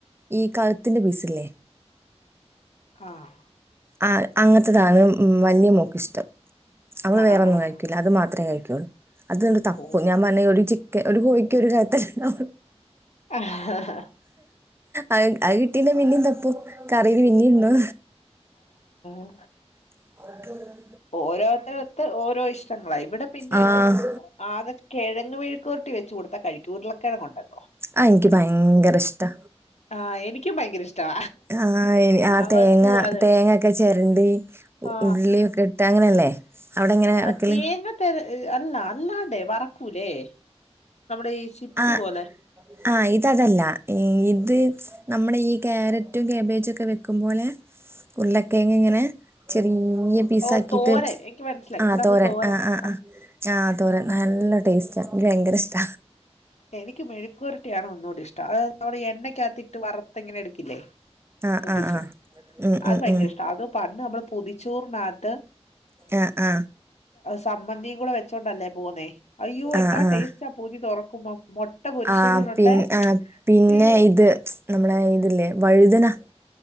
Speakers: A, on the right; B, on the left.
A: ഈ കാലത്തിന്റെ പീസല്ലേ
B: ആഹ്
A: ആ അങ്ങത്തതാണ് വലിയ മോൾക്കിഷ്ടം നമ്മള്
B: ആഹ്
A: വേറെന്നും
B: ആഹ് ആഹ്
A: കഴിക്കൂല്ല അത് മാത്രമേ കഴിക്കുള്ളൂ അത്ന്റെ തപ്പു
B: ഓ
A: ഞാൻ <unintelligible> ചി ഒരു കോഴിക്ക് ഒരു കത്തിലണ്ട
B: ആ ആ
A: അഹ് അഹ് കിട്ടീന്റെ പിന്നേം തപ്പ കറിന് പിന്നി ഉണ്ടോ
B: അഹ്
A: അ
B: ഓരോത്തരത്ത് ഓരോ ഇഷ്ടങ്ങളാ ഇവിടെ പിന്നെ
A: ആഹ്
B: ആകെ കിഴങ് വീഴ് <unintelligible> വെച്ച് കൊടുത്ത കഴികു ഉരുള കിഴങ് ണ്ട്
A: ആ എനിക്ക് ഭയങ്കര ഇഷ്ടാ
B: ആ എനിക്കും ഭയങ്കര ഇഷ്ടാ
A: ആ ആ
B: അവൾക്ക്
A: തേങ്ങ
B: അത്
A: തേങ്ങൊക്കെ ചിരണ്ടി
B: ആ
A: ഉള്ളിയ ഒക്കെ ഇട്ട് അങ്ങനെയല്ലേ അവിടെ എങ്ങനെ
B: ആ
A: വെക്കല്
B: തേങ്ങ തര അല്ല അല്ലാണ്ടേ വറക്കൂലേ നമ്മുടെ ഈ ചിപ്സ്
A: ആഹ്
B: പോലെ
A: ആഹ് ഇതതല്ല ഈ ഇത് നമ്മുടെ ഈ കയാരറ്റും കാബേജ ഒക്കെ വെക്കും പോലെ ഉരുള കിഴങ് ഇങ്ങനെ ചെരി ിയ പീസ
B: ഓ
A: ആക്കിട്ട്
B: തോരൻ എനിക്ക് മനസ്സിലായി
A: ആ
B: ഇവിടെ
A: തോരൻ
B: അത് തോരനാ
A: ആ ആ ആ ആഹ് തോര നല്ല ടേസ്റ്റ് എനിക്ക് ഭയങ്കര ഇഷ്ട
B: എനിക്ക് മെഴുരട്ടിയാണ് ഒന്നുകൂടി ഇഷ്ട അത് നമ്മള് എണ്ണക്കത്തിട്ട് വറുത്ത്ങ്ങനെ എടുക്കില്ലേ
A: ആഹ്
B: മുപ്പിച്ചു
A: ആഹ് ആഹ് ഉം
B: അത്
A: ഉം
B: ഭയങ്കര
A: ഉം
B: ഇഷ്ട അത പണ്ട് നമ്മള് പുതിച്ചോറിനകത്ത്
A: ആ ആ
B: സമ്മന്തി കൂടെ വെച്ചോണ്ടല്ലേ പോകുന്നേ അയ്യോ
A: ആഹ്
B: എന്നാ
A: ആഹ്
B: ടേസ്റ്റ് ആ പൊതി തുറക്കുമ്പോ മൊട്ട പൊരിച്ചതൂടൊണ്ടേ
A: ആ പിന്ന ആ പിന്നെ
B: അയ്യോ
A: ഇത് നമ്മുടെ ഇതില്ലേ വഴുതനാ